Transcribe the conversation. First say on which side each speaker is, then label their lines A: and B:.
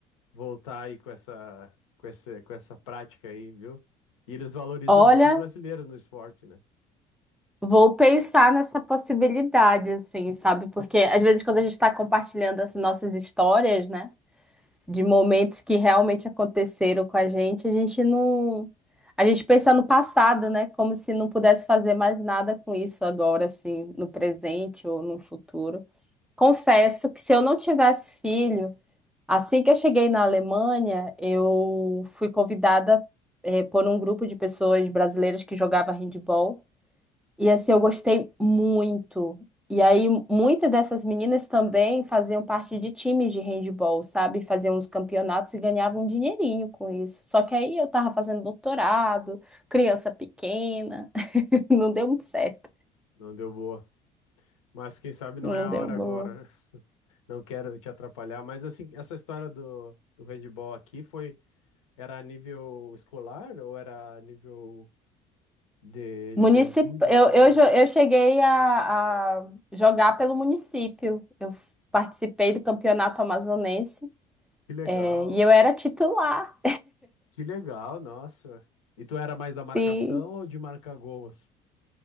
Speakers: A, on the left (about 80°); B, in the centre.
A: voltar aí com essa, com essa, com essa prática aí, viu? E eles valorizam
B: Olha,
A: muito os brasileiros no esporte, né?
B: vou pensar nessa possibilidade, assim, sabe? Porque às vezes quando a gente está compartilhando as nossas histórias, né? de momentos que realmente aconteceram com a gente, a gente não. A gente pensa no passado, né? Como se não pudesse fazer mais nada com isso agora, assim, no presente ou no futuro. Confesso que se eu não tivesse filho, assim que eu cheguei na Alemanha, eu fui convidada, eh, por um grupo de pessoas brasileiras que jogava handball. E assim, eu gostei muito. E aí, muitas dessas meninas também faziam parte de times de handball, sabe? Faziam uns campeonatos e ganhavam um dinheirinho com isso. Só que aí eu tava fazendo doutorado, criança pequena, <laughs> não deu muito certo.
A: Não deu boa. Mas quem sabe não
B: Não
A: é a
B: deu
A: hora
B: boa.
A: agora, né? <laughs> Não quero te atrapalhar, mas assim, essa história do, do handball aqui foi, era a nível escolar ou era a nível de
B: Municip...
A: juventude, assim?
B: Eu, eu,
A: Mu-
B: jo- eu cheguei a, a jogar pelo município. Eu f- participei do campeonato amazonense,
A: Que legal,
B: é, e eu era titular.
A: que legal, nossa. E tu era mais da marcação
B: <laughs>
A: ou de marcar gols?